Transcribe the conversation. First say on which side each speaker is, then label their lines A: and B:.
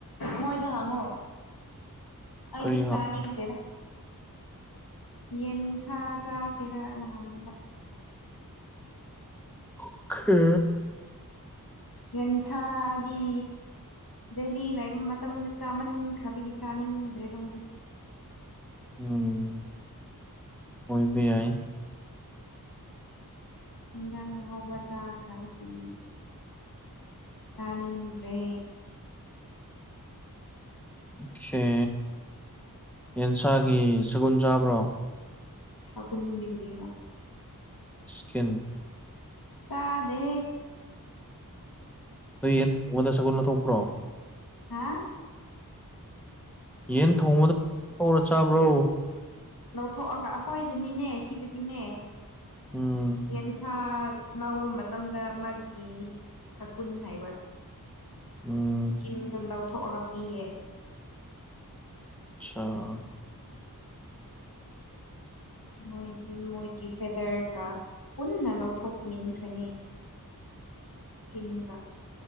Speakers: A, on the left (about 75°); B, in the centre.
A: ꯃꯣꯏꯗ ꯍꯉꯣ ꯑꯩꯗꯤ
B: ꯀꯔꯤ
A: ꯆꯅꯤꯡꯗꯦꯗ ꯌꯦꯟꯆꯥꯥ ꯆ ꯁꯤꯔ ꯅ ꯂꯍꯪꯕ
B: ꯑꯣꯈꯦ
A: ꯌꯦꯟꯁꯥꯗꯤ ꯗꯦꯂꯤ ꯂꯩꯕ ꯃꯇꯝꯗ ꯆꯥꯃꯟꯈ꯭ꯔꯕꯒꯤ ꯆꯥꯅꯤꯡꯗ꯭ꯔꯦꯕ ꯍꯧꯖꯤꯛꯇꯤ
B: ꯎꯝ ꯍꯣꯏꯕ ꯌꯥꯏ
A: ꯌꯦꯟꯖꯥꯡ ꯑꯍꯥꯎꯕ ꯆꯥꯈꯕꯤꯒꯤ ꯆꯥꯅꯤꯗ꯭ꯔꯦ
B: ꯑꯣꯀꯦ ꯌꯦꯟꯁꯥꯒꯤ ꯁꯒꯨꯜ ꯆꯥꯕ꯭ꯔꯣ
A: ꯁꯒꯨꯟꯗꯤ ꯀꯔꯤꯔ
B: ꯁ꯭ꯀꯤꯟ
A: ꯆꯥꯗꯦ
B: ꯑꯗꯨ ꯌꯦꯟ ꯅꯣꯡꯉꯣꯟꯗ ꯁꯒꯨꯜ ꯂꯧꯊꯣꯛꯄ꯭ꯔꯣ
A: ꯍꯥ
B: ꯌꯦꯟ ꯊꯣꯡꯕꯗ ꯊꯧꯔ ꯆꯥꯕ꯭ꯔꯣ
A: ꯂꯧꯊꯣꯛꯑꯒ ꯑꯩꯈꯣꯏꯗꯅꯤꯅꯦ ꯁꯤꯗꯗꯤꯅꯦ
B: ꯎꯝ
A: ꯌꯦꯟꯁꯥ ꯂꯥꯎꯕ ꯃꯇꯝꯗ ꯃꯥꯒꯤ ꯁꯀꯨꯟ ꯍꯥꯏꯕ
B: ꯎꯝ
A: ꯏꯁꯀꯤꯟꯗꯣ ꯂꯧꯊꯣꯛꯑꯒ ꯄꯤꯌꯦ
B: ꯑꯆꯥꯥ
A: ꯃꯣꯏꯗꯤ ꯃꯣꯏꯒꯤ ꯐꯦꯗꯔꯒ ꯄꯨꯟꯅ ꯂꯧꯊꯣꯛꯃꯤꯟꯈ꯭ꯔꯅꯤ ꯏꯁꯀꯤꯟꯒ